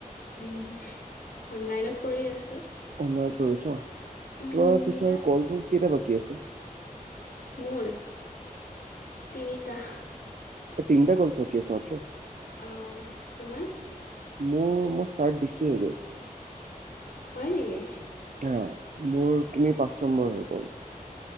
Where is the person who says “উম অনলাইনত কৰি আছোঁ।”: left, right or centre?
Left